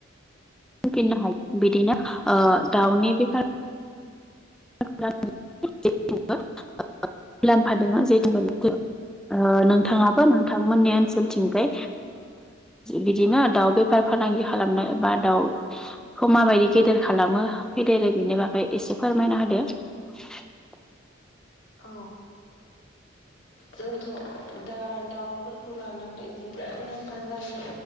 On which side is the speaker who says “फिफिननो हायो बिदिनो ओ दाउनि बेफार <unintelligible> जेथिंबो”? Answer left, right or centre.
Centre